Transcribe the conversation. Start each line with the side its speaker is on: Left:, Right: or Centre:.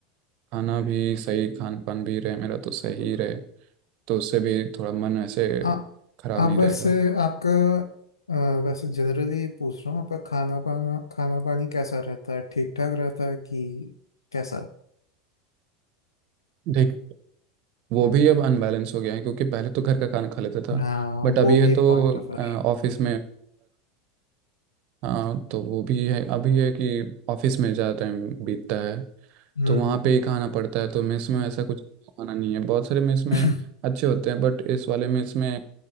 Right: खाना भी सही खान पान भी रहे मेरा तो सही रहे तो उससे भी थोड़ा मन ऐसे
Left: आ,
Right: खराब
Left: आप
Right: नहीं रहेगा
Left: वैसे आपका अ, वैसे जनरली पूछ रहा हूँ आपका खाना पाना खाना पानी कैसा रहता है ठीक ठाक रहता है कि कैसा
Right: देख वो भी अब अनबैलेंस हो गया है क्योंकि पहले तो घर का खाना खा लेता था
Left: हाँ
Right: बट
Left: वो
Right: अभी है
Left: भी एक
Right: तो
Left: पॉइंट है फिर
Right: ऑफिस में हाँ तो वो भी है अभी है कि ऑफिस में ज़्यादा टाइम बीतता है
Left: हम्म
Right: तो वहाँ
Left: हम्म हम्म
Right: पे ही खाना पड़ता है तो मेस में ऐसा कुछ खाना नहीं है बहुत सारे मेस में
Left: <clears throat>
Right: अच्छे होते हैं बट इस वाले मेस में